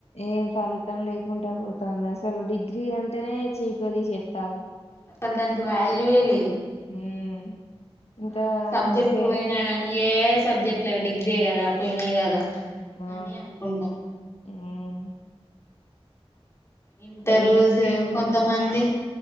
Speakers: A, on the left; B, on the left.
A: ఏ ఫలితం లేకుండా పోతుంది అసలు డిగ్రీ అంటేనే చయకదు చెత్తాలు
B: అసలు దానికి వాల్యూవే లేదు
A: హ్మ్ ఇంత
B: ఆ సబ్జెక్ట్లు
A: సే
B: పోయినా కానీ ఏ సబ్జెక్ట్ డిగ్రీే కదా పోయిన కదా
A: ఆ!
B: అని అనుకుంటాం
A: హ్మ్.
B: ఇంట
A: ఈ
B: రోజు
A: సేమ్
B: కొంతమంది